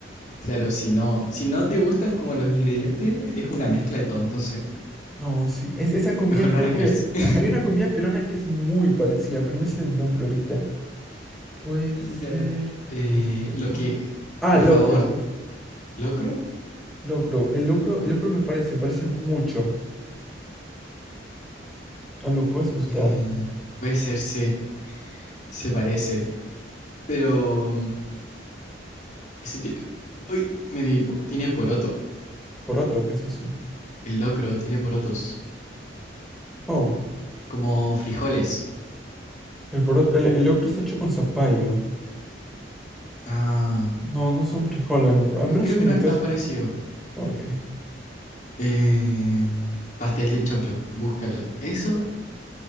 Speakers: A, on the left; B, in the centre.
A: Claro, si no, si no te gustan como los ingredientes, es una mezcla de todo, entonces
B: No, sí, es, esa comida
A: mejor no
B: creo
A: arriesgarse.
B: que...
A: <laughs>
B: ha- Hay una comida peruana que es muy parecida, pero no me sale el nombre ahorita. Puede
A: Mira,
B: ser...
A: eh,
B: Esto...
A: lo que,
B: Ah,
A: por
B: locro.
A: favor, Con- locro,
B: Locro. El locro, el locro me parece, se parece mucho. Ah, lo puedes buscar.
A: eh, puede ser, se, se parece, pero Ese tiene. Uy, me dio hipo. Tiene poroto.
B: Poroto, ¿qué es eso?
A: El locro tiene porotos.
B: Oh,
A: Como frijoles.
B: el poroto, el, el locro está hecho con zapallo.
A: Ah.
B: No, no son
A: uh,
B: frijoles, me- pa- al
A: Creo,
B: menos
A: creo
B: en
A: que no
B: mi
A: es
B: caso.
A: tan parecido.
B: Ok,
A: Eh, pastel de choclo. Búscalo. Eso